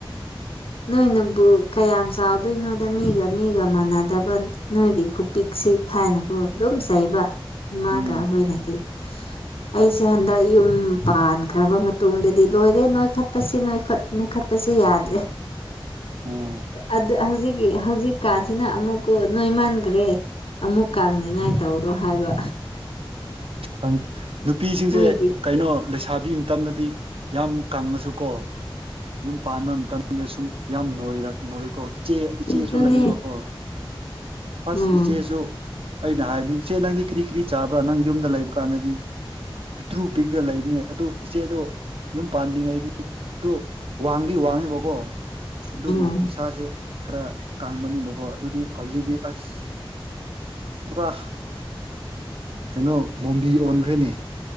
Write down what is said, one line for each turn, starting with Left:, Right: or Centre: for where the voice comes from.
Left: ꯅꯣꯏꯅꯕꯨ ꯀꯌꯥꯝ ꯆꯥꯎ ꯗꯨꯢꯅꯣꯗ ꯃꯤꯒ ꯃꯤꯒ ꯃꯥꯟꯅꯗꯕ ꯅꯣꯏꯒꯤ ꯈꯨꯄꯤꯛꯁꯤ ꯍꯥꯏꯅꯀꯣ ꯑꯗꯨꯝ ꯆꯩꯕ ꯏꯃꯥꯒ
Right: ꯎꯝ
Left: ꯍꯣꯏꯅꯗꯤ
Right: <inaudible>
Left: ꯑꯩꯁꯦ ꯍꯟꯗꯛ ꯌꯨꯝ ꯄꯥꯟꯈ꯭ꯔꯕ ꯃꯇꯨꯡꯗꯗꯤ ꯂꯣꯏꯔꯦ ꯅꯣꯏꯈꯠꯄꯁꯤ ꯅꯣꯢꯈꯠ ꯅꯣꯢꯈꯠꯄ ꯄꯁꯤ ꯌꯥꯗ꯭ꯔꯦ
Right: ꯑꯣ
Left: ꯑꯗꯨ ꯑ ꯍꯧꯖꯤꯛꯀꯤ ꯍꯧꯖꯤꯛꯀꯥꯟꯁꯤꯅ ꯑꯃꯨꯛꯀꯣ ꯅꯣꯏꯃꯟꯒ꯭ꯔꯦ ꯑꯃꯨꯛ ꯀꯪꯅꯤꯡꯉꯥꯏ ꯇꯧꯔꯣ ꯍꯥꯏꯕ
Right: ꯑꯩ ꯅꯨꯄꯤꯁꯤꯡꯁꯦ
Left: ꯃꯣꯏꯒꯤ
Right: ꯀꯩꯅꯣ ꯂꯩꯁꯥꯕꯤ ꯃꯇꯝꯗꯗꯤ ꯌꯥꯝ ꯀꯪꯉꯁꯨ ꯀꯣ ꯌꯨꯝ ꯄꯥꯟꯕ ꯃꯇꯝꯗ ꯁꯨꯝ ꯌꯥꯝ ꯅꯣꯏꯔꯛ ꯅꯣꯏꯀꯣ ꯏꯆꯦ ꯏꯆꯦꯁꯨ
Left: ꯑꯗꯨꯅꯦ
Right: ꯂꯩꯌꯤꯕꯀꯣ ꯑꯁ
Left: ꯎꯝ
Right: ꯏꯆꯦꯁꯨ ꯑꯩꯅ ꯍꯥꯏꯕꯅꯤ ꯏꯆꯦ ꯅꯪꯗꯤ ꯀ꯭ꯔꯤ ꯀ꯭ꯔꯤ ꯆꯥꯕ꯭ꯔꯥ ꯅꯪ ꯌꯨꯝꯗ ꯂꯩꯕ ꯀꯥꯟꯗꯗꯤ ꯄꯤꯛꯇ꯭ꯔꯨ ꯄꯤꯛꯔ ꯂꯩꯕꯅꯦ ꯑꯗꯨ ꯏꯆꯦꯗꯣ ꯌꯨꯝ ꯄꯥꯟꯗ꯭ꯔꯤꯉꯩꯗꯤ ꯗꯨ ꯋꯥꯡꯗꯤ ꯋꯥꯡꯉꯦꯕꯀꯣ ꯑꯗꯨꯕꯨ
Left: ꯑꯗꯨꯅꯦ
Right: ꯃꯁꯥꯁꯦ ꯈꯔ ꯀꯥꯡꯃꯟꯕꯀꯣ ꯑꯗꯨꯗꯤ ꯍꯧꯖꯤꯛꯇꯤ ꯑꯁ ꯄꯨꯔꯥ ꯀꯩꯅꯣ ꯃꯣꯝꯕꯤ ꯑꯣꯟꯈ꯭ꯔꯦꯅꯦ